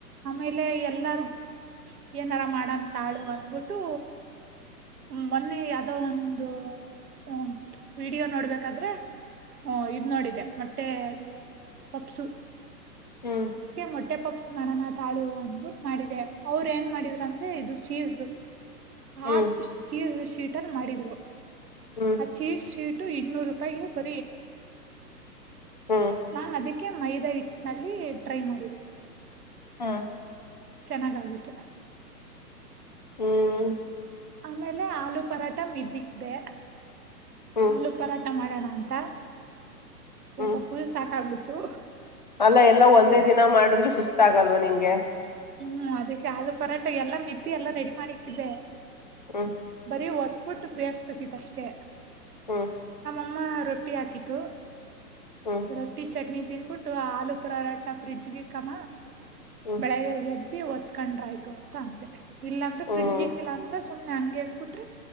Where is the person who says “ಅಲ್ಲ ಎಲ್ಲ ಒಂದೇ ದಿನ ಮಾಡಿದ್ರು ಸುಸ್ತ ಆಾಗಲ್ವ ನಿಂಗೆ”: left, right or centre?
Left